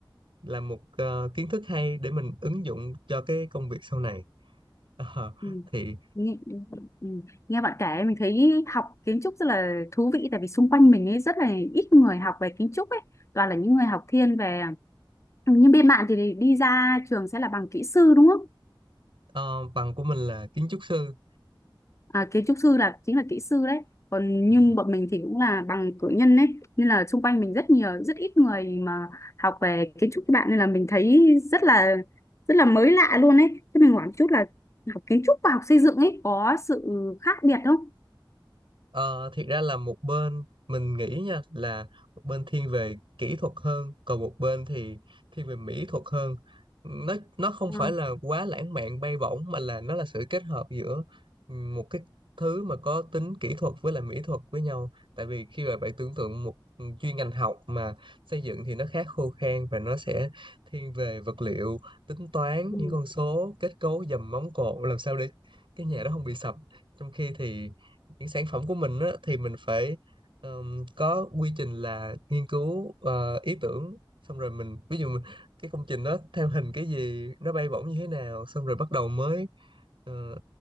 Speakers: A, on the right; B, on the left.
A: là một ờ, kiến thức hay để mình ứng dụng cho cái công việc sau này Ờ,
B: Ừ.
A: thì
B: Nghe, ừ. Nghe bạn kể mình thấy học kiến trúc rất là thú vị tại vì xung quanh mình ấy rất là ít người học về kiến trúc ấy toàn là những người học thiên về nhưng bên bạn thì đi ra trường sẽ là bằng kỹ sư đúng không
A: Ờ, bằng của mình là kiến trúc sư.
B: à, kiến trúc sư là chính là kỹ sư đấy còn
A: Ừ.
B: nhưng bọn mình thì cũng là bằng cử nhân đấy. nên là xung quanh mình rất nhiều rất ít người mà học về kiến trúc các bạn nên là mình thấy rất là rất là mới lạ luôn ấy chứ mình hỏi một chút là học kiến trúc và học xây dựng ấy có sự khác biệt không
A: Ờ, thiệt ra là một bên mình nghĩ nha là một bên thiên về kỹ thuật hơn còn một bên thì thiên về mỹ thuật hơn nó nó không
B: Ờ.
A: phải là quá lãng mạn bay bổng mà là nó là sự kết hợp giữa một cái thứ mà có tính kỹ thuật với lại mỹ thuật với nhau tại vì khi mà bạn tưởng tượng một chuyên ngành học mà xây dựng thì nó khá khô khan và nó sẽ thiên về vật liệu tính toán
B: Ừ.
A: những con số kết cấu dầm móng cột làm sao để cái nhà đó không bị sập trong khi thì những sản phẩm của mình á, thì mình phải ờm, có quy trình là nghiên cứu ờ, ý tưởng xong rồi mình ví dụ mình, cái công trình đó theo hình cái gì nó bay bổng như thế nào xong rồi bắt đầu mới ờ,